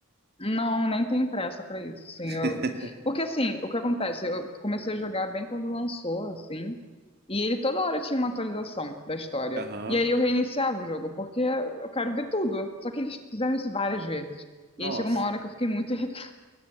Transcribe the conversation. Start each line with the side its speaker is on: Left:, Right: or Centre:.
Left: Não, nem tenho pressa pra isso, sim.
Right: <laughs>
Left: Eu... Porque assim, o que acontece? Eu comecei a jogar bem quando lançou, assim, e ele toda hora tinha uma atualização da história.
Right: Aham.
Left: E aí eu reiniciava o jogo, porque eu quero ver tudo. Só que eles fizeram isso várias vezes.
Right: Nossa.
Left: E aí chegou uma hora que eu fiquei muito <laughs> irritada.